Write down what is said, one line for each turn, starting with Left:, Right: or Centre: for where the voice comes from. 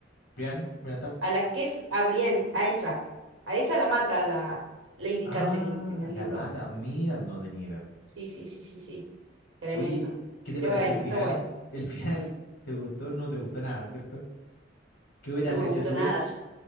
Left: Brian, Brian Tart.
Right: a la que, f- a Brienne, a esa, a esa la mata la Lady
Left: Ah,
Right: Catherine en el
Left: la
Right: libro.
Left: mata. Mira, no tenía idea.
Right: Sí, sí, sí, sí, sí, tremendo.
Left: Oye, ¿qué te
Right: Pero
Left: pareció
Right: bueno,
Left: el final?
Right: está bueno.
Left: El final, ¿te gustó? No te gustó nada, ¿cierto? ¿Qué hubieras
Right: No me
Left: hecho
Right: gustó
Left: tú?
Right: nada.